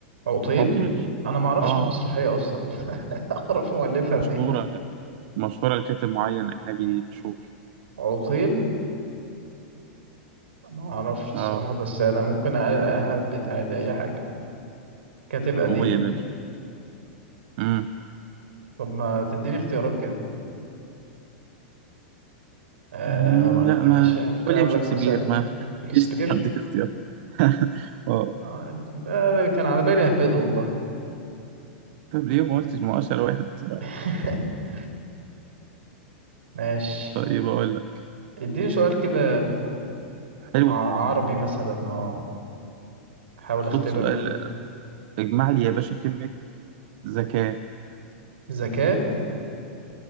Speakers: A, on the right; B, on the right.
A: عطيل
B: عطيل
A: انا ما اعرفش
B: اه
A: المسرحيه اصلا <laughs> اعرف مؤلفها
B: مشهورة
A: منين
B: يعني مشهورة لكاتب معين أجنبي مشهور
A: عطيل ما اعرفش الصراحه
B: اه
A: بس انا ممكن أ- اهبد عادي اي حاجه كاتب قديم
B: قول يا باشا مم.
A: طب ما تديني اختيارات كده آه
B: مم، لا ما
A: ماشي ممكن
B: ويليام
A: اقول
B: شكسبير
A: لك مثلا
B: ما
A: شكسبير
B: ايش هديك اختيار <laughs> اه
A: آه آه، ده كان على بالي اهبده والله
B: طب ليه ما قلتش ما اشهر واحد بصراحة
A: <laughs> ماشي
B: طيب اقول لك
A: اديني سؤال كده
B: حلو
A: ع- عربي مثلا اه احاول
B: خد
A: اختبر
B: سؤال اجمع لي يا باشا كلمة ذكاء
A: ذكاء